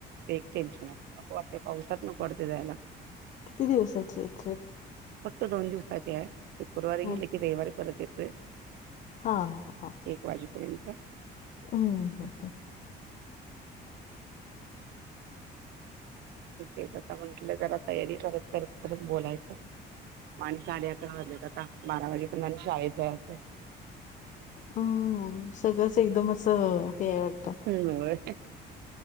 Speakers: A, on the right; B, on the left.
A: ते एक टेन्शन आले नको वाटते पावसात नको वाटते जायला.
B: किती दिवसाांची आहे ट्रिप?
A: फक्त दोन दिवसाचे आहे, शुक्रवारी
B: हा
A: गेले की रविवारी परत येतोय.
B: हा ह हा.
A: एक वाजेपर्यंत.
B: हम्म हम् ह.
A: तेच आता म्हंटलं जरा तयारी करत करत करत बोलायचं. म आणि साडे अकरा वाजलेत आता बारा वाजेपर्यंत आणि शाळेत जायचंय.
B: हम्म सगळंच एकदमच हे आहे वाटत.
A: होय